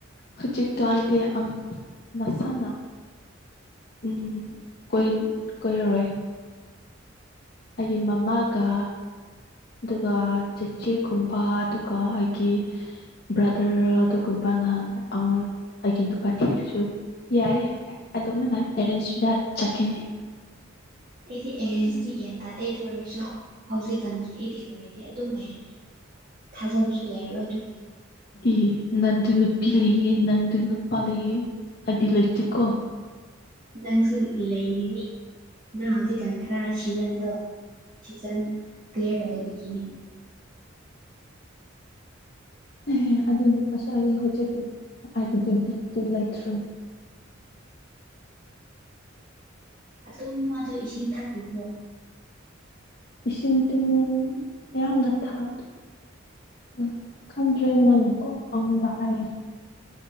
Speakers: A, on the left; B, on the right.
A: ꯍꯧꯖꯤꯛꯇꯣ ꯍꯥꯏꯗꯤ ꯃꯁꯥꯅ ꯎꯝ ꯀꯣꯏ ꯀꯣꯏꯔꯔꯣꯏ ꯑꯩ ꯃꯥꯃꯒ ꯑꯗꯨꯒ ꯆꯦꯆꯦꯒꯨꯝꯕ ꯑꯗꯨꯒ ꯑꯩꯒꯤ ꯕ꯭ꯔꯗꯔ ꯑꯗꯨꯒꯨꯝꯕ ꯅꯍꯥꯟ ꯑꯃꯨꯔꯛ ꯑꯩꯒꯤ ꯅꯨꯄꯥ ꯊꯤꯔꯁꯨ ꯌꯥꯏꯌꯦ ꯑꯗꯨꯃꯥꯏꯅ ꯑꯦꯔꯦꯟꯖꯇ ꯆꯠꯈꯤꯅꯤ
B: ꯑꯩꯗꯤ ꯑꯦꯔꯦꯟꯁꯇꯤ ꯒ꯭ꯌꯥꯟ ꯇꯥꯗꯦ ꯑꯗꯨ ꯑꯣꯏꯔꯁꯨ ꯍꯧꯖꯤꯛꯀꯥꯟꯒꯤ ꯑꯩꯗꯤ ꯂꯣꯌꯦꯜꯇꯤ ꯑꯗꯨꯝ ꯂꯩꯔꯅꯤ ꯊꯥꯖꯕꯁꯨ ꯂꯩꯔꯔꯣꯏ ꯑꯗꯨ
A: ꯑꯦ ꯅꯪꯖꯨ ꯅꯨꯄꯤ ꯂꯩꯌꯦ ꯅꯪꯖꯨ ꯅꯨꯞ ꯄꯜꯂꯣꯏꯌꯦ ꯑꯩꯗꯤ ꯂꯩꯇꯦꯀꯣ
B: ꯅꯪꯁꯨ ꯂꯩꯔꯤꯅꯤ ꯅꯪ ꯍꯧꯖꯤꯛꯀꯥꯟ ꯈꯔ ꯁꯤꯖꯟꯗꯣ ꯁꯤꯖꯟ ꯀꯂꯤꯌꯥꯔ ꯇꯧꯗꯕꯒꯤꯅꯤ
A: <inaudible> ꯑꯦ ꯑꯗꯨ ꯅꯨꯄꯥꯁꯨ ꯑꯩ ꯍꯧꯖꯤꯛꯇꯤ ꯑꯩꯒꯤꯗꯤ ꯕꯤꯠꯇꯤ ꯂꯩꯇ꯭ꯔꯦ
B: ꯑꯗꯨꯝ ꯃꯥꯗꯣ ꯏꯁꯤꯡ ꯊꯛꯂꯤꯕ꯭ꯔꯣ
A: ꯏꯁꯤꯡ ꯇꯨꯡ ꯌꯥꯝꯅ ꯊꯛ ꯑ ꯈꯪꯗ꯭ꯔꯦ ꯃꯥꯅꯀꯣ ꯑꯉꯣꯟꯗ ꯍꯥꯏꯌꯦ